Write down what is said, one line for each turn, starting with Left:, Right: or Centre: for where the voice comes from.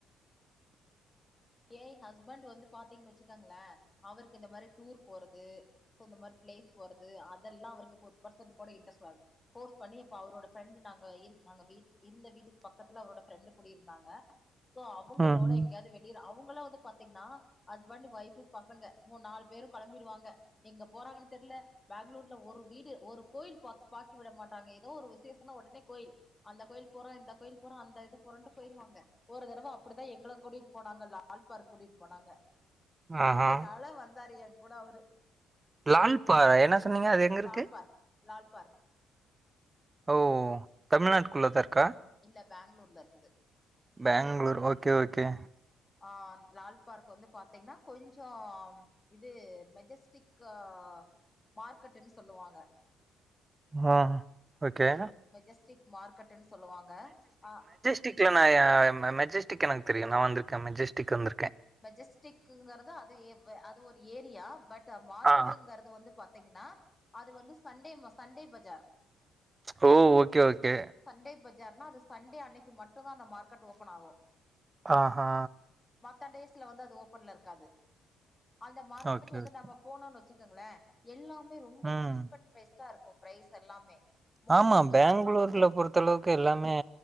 Left: ஏன் ஹஸ்பண்ட் வந்து பாத்தீங்கன்னு வச்சுக்காங்களேன் அவருக்கு இந்த மாரி டூர் போறது சோ இந்த மாரி பிளேஸ் போறது அதெல்லாம் அவருக்கு ஒரு பெர்சன்ட் கூட இன்ட்ரெஸ்ட் வ ஃபோர்ஸ் பண்ணி இப்ப அவரோட ஃபரெண்டு நாங்க இரு நாங்க வீ இருந்த வீட்டுக்கு பக்கத்துல அவரோட ஃப்ரெண்டு் குடி இருந்தாங்க சோ அவங்களோட
Right: ம்
Left: எங்கேயாவது வெளி <unintelligible> அவங்களா வந்து பாத்தீங்கன்னா ஹஸ்பண்ட் ஒய்ஃப் பசங்க மூணு நாலு பேரு கெளம்பிடுவாங்க எங்க போறாங்கன் தெர்ல பேங்ளூர்ல ஒரு வீடு ஒரு கோயில் பாக் பாக்கி விட மாட்டாங்க எதோ ஒரு விசேஷனா உடனே கோயில் அந்த கோயில் போறோ இந்த கோயில் போறோ அந்த இது போறன்ட்டு போயிருவாங்க ஒரு தடவ அப்டிதா எங்கள கூட்டிட் போனாங்க லால் பார்க் கூட்டிகிட்டு போனாங்க
Right: ஆஹா
Left: அதனால வந்தாரு ஏன் கூட அவரு
Right: லால்பாறா என்ன சொன்னீங்க அது எங்க இருக்கு
Left: லால் பார்க் லால் பார்க்
Right: ஓ தமிழ்நாட்டுக்குள்ளதா இருக்கா
Left: இல்ல பேங்ளூர்ல இருக்குது
Right: பேங்ளூர் ஓகே ஓகே
Left: ஆ லால் பார்க் வந்து பாத்தீங்கன்னா கொஞ்சம் இது மெஜஸ்டிக் ஆ மார்க்கெட்ன்னு சொல்லுவாங்க
Right: ஹ ஓகே
Left: மெஜஸ்டிக் மார்க்கெட்ன்னு சொல்லுவாங்க ஆ
Right: டிக்ல நாய மெஜெஸ்டிக் எனக்கு தெரியும் நான் வந்துருக்கேன் மெஸ்டிக் வந்திருக்கேன்
Left: மெஜஸ்டிக்ங்கறது அது அது ஒரு ஏரியா பட்டு மார்க்கெட்டுங்கறது
Right: ஆ
Left: வந்து பா திங்னா அது வந்து சண்டே மா சண்டே பஜார்
Right: ஓ ஓகே ஓகே
Left: சண்டே பஜார்னா அது சண்டே அன்னைக்கு மட்டும்தா அந்த மார்க்கெட் ஓபன் ஆகும்
Right: ஆ ஹா
Left: மத்த டேஸ்ல வந்து அது ஓபன்ல இருக்காது அந்த மார்க்கெட்
Right: ஓகே
Left: வந்து
Right: ஓகே.
Left: நம்ம போனோனு வச்சுக்கோங்களே எல்லாமே ரொம்ப
Right: ம்
Left: சீப் அண்ட் பெஸ்ட்டா இருக்கும் ப்ரைஸ் எல்லாமே மார்னிங்க்கு
Right: ஆமா பேங்ளூர்ல பொறுத்த அளவுக்கு எல்லாமே